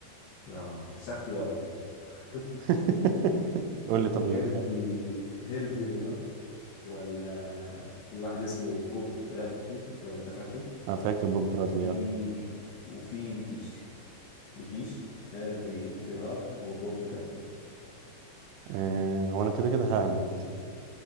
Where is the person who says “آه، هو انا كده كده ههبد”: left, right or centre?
Right